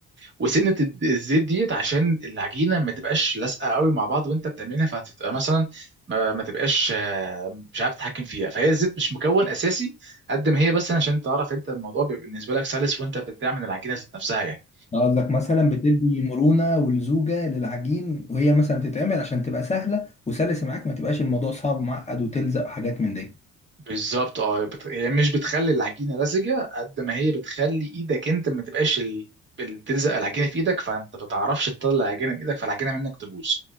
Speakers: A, on the right (about 40°); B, on the left (about 20°).
A: وسنه الد- الزيت ديت عشان العجينه ما تبقاش لازقه قوي مع بعض وانت بتعملها فهتبقى مثلا ما, ما تبقاش آه، مش عارف تتحكم فيها فهي الزيت مش مكون اساسي قد ما هي بس عشان تعرف انت الموضوع بيبقى بالنسبه لك سلس وانت بتعمل العجينه ذات نفسها يعني
B: أنا قصدك مثلا بتدي مرونة ولزوجة للعجين وهي مثلا بتتعمل عشان تبقى سهلة وسلسة معاك ما تبقاش الموضوع صعب ومعقد وتلزق وحاجات من دي
A: بالظبط اه بت... هي مش بتخلي العجينه لزجه قد ما هي بتخلي ايدك انت ما تبقاش ال... ال- تلزق العجينه في ايدك فانت ما تعرفش تطلع العجينه من ايدك فالعجينه منك تبوظ